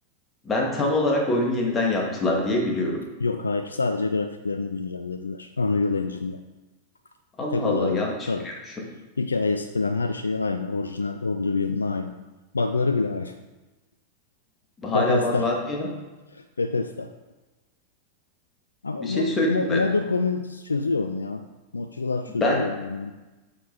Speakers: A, on the left; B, on the left.
A: ben tam olarak oyunu yeniden yaptılar diye biliyorum.
B: Yok hayır sadece grafiklerini güncellediler Unreal Engine'de.
A: Allah
B: Tek
A: Allah
B: olay
A: yanlış
B: o tabii.
A: biliyormuşum.
B: Hikayesi falan her şeyi aynı. Orijinal Oblivion'la aynı. Bug'ları bile aynı.
A: Hala
B: <laughs> Bethesda.
A: bug var mı ya?
B: Bethesda. Ama
A: Bir şey
B: mod,
A: söyleyeyim
B: mo-
A: mi?
B: modder community'si çözüyor onu ya. Modcular çözüyor
A: Ben
B: yani onu.